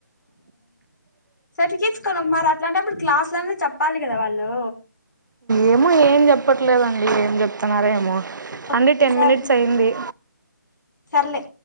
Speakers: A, on the left; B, on the right.
A: సర్టిఫికెట్స్ కాదుఅంటున్నారా మరి అట్లాంటప్పుడు క్లాసులన చెప్పాలి కదా వాళ్ళు,
B: ఏమో ఏం చెప్పట్లేదండి ఏం చెప్తున్నారో,
A: ఓ
B: అంటే టెన్
A: సర్
B: మినిట్స్ అయింది.
A: సర్లే